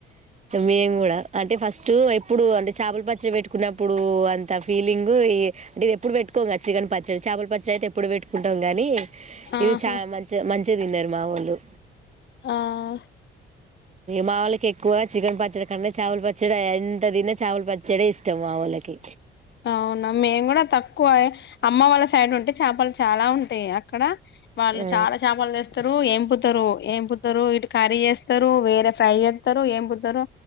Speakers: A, on the right; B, on the left.
A: మేము కూడా అంటే ఫస్ట్ ఎప్పుడు అంటే చాపల పచ్చడ పెట్టుకున్నప్పుడు అంత ఫీలింగ్ ఈ ఇది ఎప్పుడు పెట్టుకోంగ చికన్ పచ్చడ చాపల పచ్చడి అయితే ఎప్పుడు పెట్ కుంటాం గానీ
B: ఆహా
A: ఇది చాలా మంచిగ మంచి చితిన్నరు మావోళ్ళు
B: ఆ
A: మావోళ్ళకెక్కువ చికెన్ పచ్చడ కన్నా చాపల ప చ్చడ ఎంత తిన్నా చాపల పచ్చడే ఇష్టం మా వోళ్ళకి
B: అవునా మేము కూడా తక్కువ అమ్మ వాళ్ళ సైడ్ ఉంట్ అంటే చాపలు చాలా ఉంటాయి అక్కడ వాళ్ళు
A: ఆ
B: చాలా చేపలు తెస్తారు ఏంపు తారు ఏం పుతారు ఇటు కర్రీ చేస్తారు వేరే ఫ్రై చేతారు ఏం పుతారు